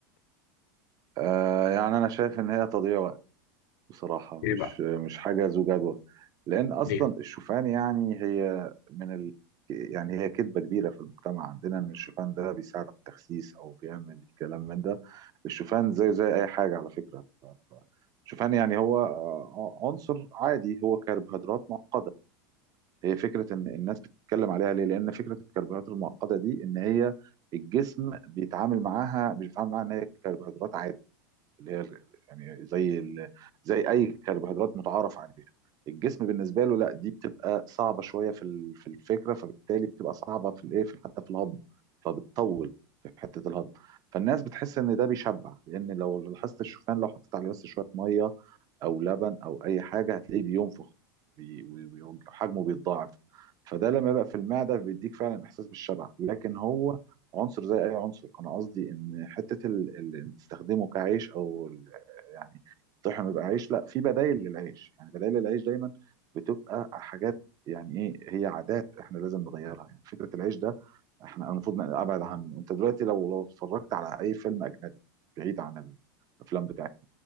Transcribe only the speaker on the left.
إيه بقى؟
ليه؟